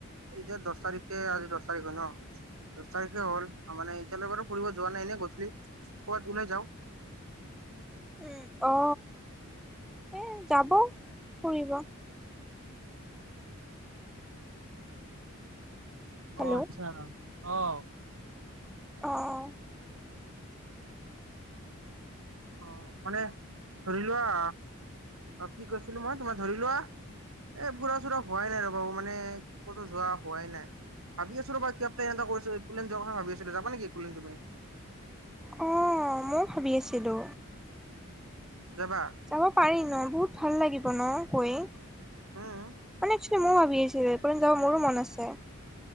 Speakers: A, on the right; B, in the centre.
A: এই যে দছ তাৰিখে আজি দছ তাৰিখে ন? দছ তাৰিখে হ'ল আৰু মানে এইতিয়ালৈকে ফুৰিব যোৱা নাই নে কথিল? কবাত ওলাই যাও।
B: উম অ এ যাব ফুৰিব। হেল্ল'
A: অ আচ্ছা অহ।
B: অঁ।
A: অ মানে ধৰি লোৱা, অ কি কৈছিলো মই তোমাৰ ধৰি লোৱা এ ফুৰা - চুৰা হোৱাই নাই ৰবা মানে ক'তো যোৱা হোৱাই নাই? ভাবি আছো ৰবা কিয় এ প্লেন এটা কথা ভাবি <unintelligible> আছো যাবা নেকি <inaudible> একিন তুমি
B: অ মইও ভাবি আছিলো।
A: যাবা?
B: যাব পাৰি ন, বহুত ভাল লাগিব ন গৈ মানে
A: উম
B: জো ময়ো ভাবি আছিলো এৰুপ্লেন যাব মোৰো মন আছে।